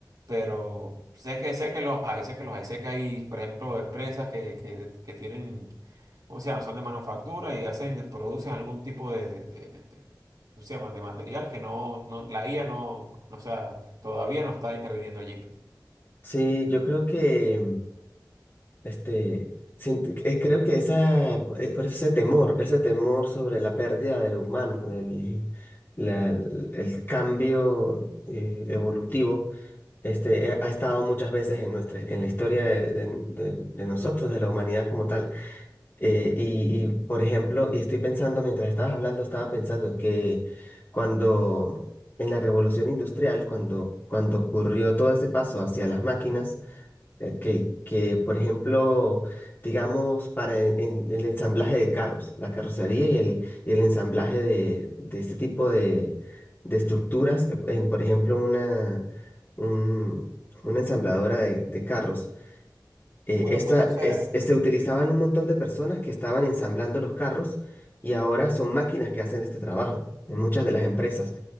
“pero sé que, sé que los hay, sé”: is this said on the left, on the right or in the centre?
Right